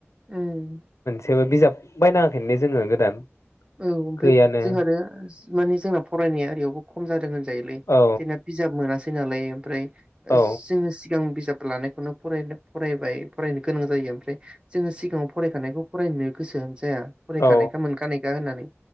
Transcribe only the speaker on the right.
उम।
औ ओमफाय
जोंहा आरो माने जोंना फरायनाया ओरैयावबो खम जादों होनज जायो लै
जोंना बिजाब मोनास थै नालाय ओमफ्राय
जोंङो सिगां बि बिजाब लानायखौनो फराय फरायबाय फरायनो गोनां जायो ओमफ्राय जोंङो सिगाङाव फरायखानायखौ फरायनो गोसो जाया फरायखानायखा
मोनखानाय होननानै